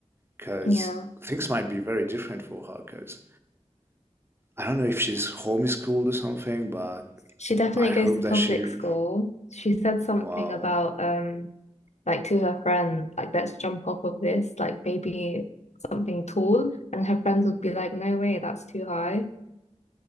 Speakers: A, on the right; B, on the left.
A: because
B: Yeah.
A: things might be very different for her. Because I don't know if she's homeschooled or something, but
B: She definitely
A: I hope
B: goes to
A: that
B: public
A: she,
B: school. She said something
A: wow,
B: about, um, like to her friend, like, let's jump off of this, like maybe something tall. And her friends would be like, no way, that's too high.